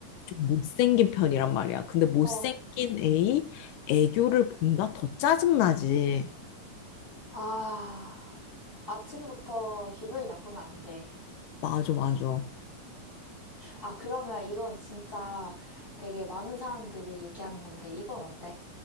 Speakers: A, on the left; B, on the left.
A: 좀 못생긴 편이란 말이야. 근데 못생긴
B: 어.
A: 애이 애교를 본다? 더 짜증나지.
B: 아, 아침부터 기분이 나쁘면 안 돼.
A: 맞아, 맞아.
B: 아, 그러면 이건 진짜 되게 많은 사람들이 얘기하는 건데, 이건 어때?